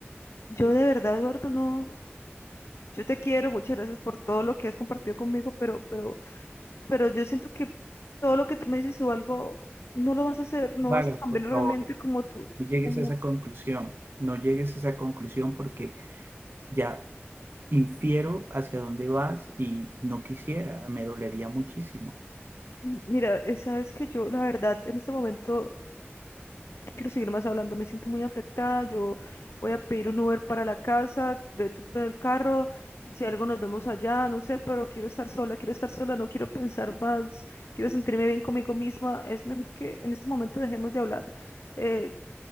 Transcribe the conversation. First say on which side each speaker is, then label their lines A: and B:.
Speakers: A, on the left; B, on the right.
A: yo de verdad, Eduardo, no, yo te quiero, muchas gracias por todo lo que has compartido conmigo, pero, pero... pero yo siento que todo lo que tú me dices o algo, no lo vas a hacer, no
B: Vagas,
A: vas a cambiar
B: por
A: realmente
B: favor,
A: como tú,
B: no llegues
A: como,
B: a esa conclusión. No llegues a esa conclusión porque ya infiero hacia dónde vas y no quisiera, me dolería muchísimo.
A: mira, eh, sabes que yo, la verdad, en este momento quiero seguir más hablando, me siento muy afectada, yo voy a pedir un Uber para la casa, vete tú en el carro, si algo nos vemos allá, no sé, pero quiero estar sola, quiero estar sola, no quiero pensar más, quiero sentirme bien conmigo misma, es mejor que en este momento dejemos de hablar. eh,